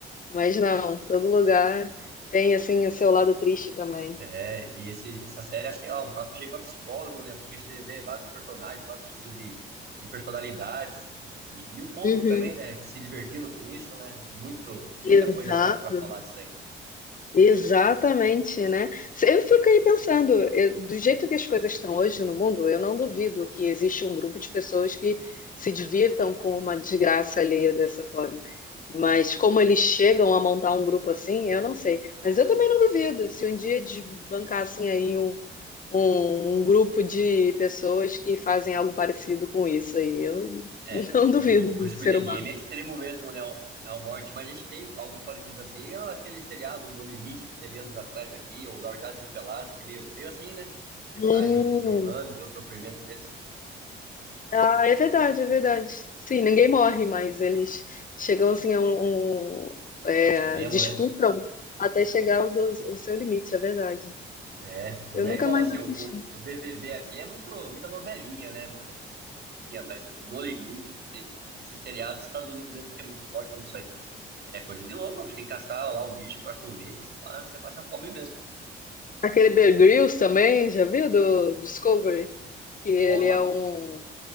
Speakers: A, on the left; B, on the right.
A: Mas não, todo lugar tem assim o seu lado triste também.
B: É, e esse, essa série, assim, lá, um prato cheio pra psicólogo, né? Porque você vê vários personagens, vários tipos de, de personalidades. E, e o povo
A: Uhum.
B: também, né? Se divertindo com isso, né? Muito, muita
A: Exato.
B: coisa pra pra falar disso aí.
A: Exatamente, né? Se- Eu fico aí pensando, eu- do jeito que as coisas estão hoje no mundo, eu não duvido que existe um grupo de pessoas que se divirtam com uma desgraça alheia dessa forma. Mas como eles chegam a montar um grupo assim, eu não sei. Mas eu também não duvido se um dia desbancassem aí um, um, um grupo de pessoas que fazem algo parecido com isso aí. Eu
B: É,
A: <laughs> não duvido
B: do, do
A: do
B: Squid
A: ser humano.
B: Game é extremo mesmo, né? o- É o morte, mas a gente tem algo parecido assim, é aquele seriado No Limite que teve anos atrás aqui, ou Largados e Pelados, que é meio, meio assim, né? Testar
A: Hum,
B: a resistência humana, ver o sofrimento deles
A: Ah, é verdade, é verdade. Sim, ninguém morre, mas eles chegam assim a um, um- é,
B: ao extremo,
A: disputam
B: né?
A: até chegar ao, do- ao seu limite, é verdade.
B: É, não
A: Eu
B: é
A: nunca
B: igual,
A: mais
B: assim,
A: assisti.
B: o, o, o BBB aqui é muito, muita novelinha, né? Muita diquinha, mas é o No Limite, esse, esse seriado dos Estados Unidos mesmo, que é muito forte nisso aí, é coisa de louco. Você tem que caçar lá o bicho pra comer, se você passa, você passa fome mesmo.
A: Aquele Bear Grylls também, já viu do Discovery? Que ele
B: Qual o nome?
A: é um